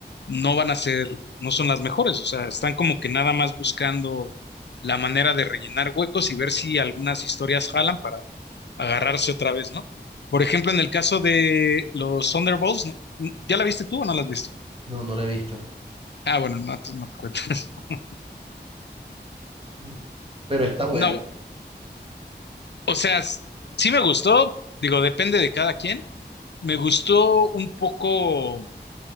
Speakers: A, on the left; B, on the right.
A: no van a ser, no son las mejores, o sea, están como que nada más buscando la manera de rellenar huecos y ver si algunas historias jalan para agarrarse otra vez, ¿no? Por ejemplo, en el caso de los Thunderbolts, ¿no? ¿ya la viste tú o no la has visto?
B: No, no la he visto.
A: Ah, bueno, no, te- no te cuento. <laughs>
B: Mm. Pero está buena.
A: No, o sea, s- sí me gustó, digo, depende de cada quien. Me gustó un poco,